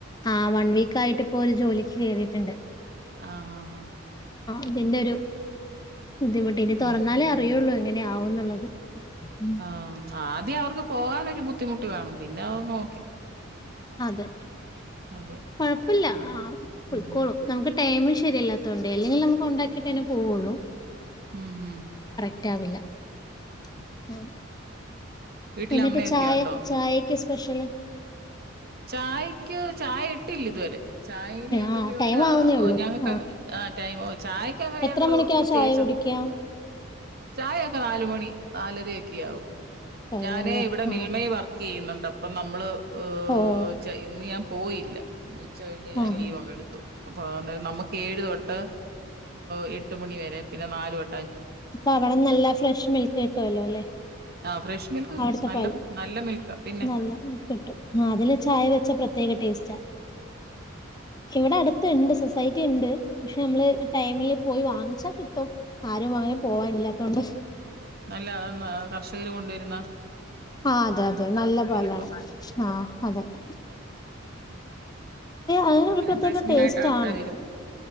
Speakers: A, on the left; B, on the right.
A: ആഹ് വൺ വീക്കായിട്ട് ഇപ്പോ ഒരു ജോലിക്ക് കേറീട്ട്ണ്ട്
B: ആ അ ഹാ
A: അതിന്റെരു ബുദ്ധിമുട്ട് ഇനി
B: ആഹ്
A: തോറന്നാലേ
B: ഉം
A: അറിയൊള്ളു ങ്ങനെ ആവുന്നുള്ളത് ഉം
B: ആഹ് ആ ദ്യം അവർക്ക് പോകാനൊരു ബുദ്ധിമുട്ട് കാണും പിന്നെ അതങ്ങോ
A: അതെ
B: അതെ
A: കൊഴപ്പല്ല
B: അതെ
A: ആ പാെയ്ക്കോളും
B: ഉം
A: നമുക്ക് ടെയ്മ് ശെരിയല്ലാത്തോണ്ടേ അല്ലെങ്കിൽ നമ്മൾ കൊണ്ടാക്കിട്ടെന്നെ പോവാെള്ളൂ
B: ഉം ഉം
A: റ്റാവില്ല <inaudible>
B: വീട്ടില്
A: എന്നിട്ട്
B: അമ്മയൊക്കെ
A: ചായ
B: ഉണ്ടോ
A: ചായക്ക് സ് സ്പെഷ്യൽ
B: ചായക്ക് ചായ ഇട്ടില്ല ഇതു വെരെ ചായ ഇനി എന്തെങ്കിലും
A: ആഹ് ടൈം
B: വല്ല
A: ആവുന്നേ ഉള്ളൂ
B: ഞങ്ങക്ക്
A: ആഹ്
B: അങ്ങനെ ചാ ആ ടൈമോ ചായക്ക് അങ്ങനെ
A: എത്ര
B: ഞങ്ങള്
A: മണിക്കാ
B: പ്രത്യേകിച്ചും
A: ചായ കുടിക്കാ
B: ചായെക്കെ നാലുമണി നാലരയൊക്കെ ആവും
A: കഴിയല്ലേ
B: ഞാന് ഇവിടെ മിൽമയി
A: ആഹ്
B: വർക്ക് ക്കെയ്യുന്നുണ്ട് അപ്പം നമ്മള് <unintelligible>
A: ഓഹ്
B: ഇന്ന് ഞാൻ പോയില്ല ഇന്ന് ഉച്ച കഴിഞ്ഞ് ഞാൻ
A: ആഹ്
B: ലീവങ് എടുത്തു അപ്പം നമുക്ക് ഏഴ് തൊട്ട് ഈഹ് എട്ട് മണി വരെ പിന്നെ നാല് തൊ
A: അപ്പ അവടെ നല്ല ഫ്രഷ് മിൽക്ക് കിട്ടുവല്ലോ അല്ലെ
B: ആഹ് ഫ്രഷ് മിൽക്ക് കിട്ടും
A: അവിടുത്തെ
B: നല്ല
A: പാല്
B: നല്ല മിൽക്കാ പിന്നെ
A: നല്ല കിട്ടും ആ അതില് ചായ വെച്ച പ്രത്യേക ടേസ്റ്റാ ഇവിടെ അടുത്തുണ്ട് സൊസൈറ്റി ഉണ്ട് പക്ഷെ നമ്മള് ടൈമില് പോയി വാങ്ങിച്ചാ കിട്ടും ആരും അങ്ങനെ പോവാനില്ലാത്തൊണ്ട്
B: നല്ല കർഷകർ കൊണ്ടുവരു
A: ആഹ് അതെ അതെ നല്ല പാലാണ്
B: ഇപ്പം
A: ആഹ് അതെ <inaudible> അതിന്
B: അങ്ങന
A: ഒരു പ്രത്യേക
B: ഫ്രഷ് മിൽകിനായിട്ട്
A: ടേസ്റ്റ്
B: ആൾക്കാര്
A: ആണ്
B: വരും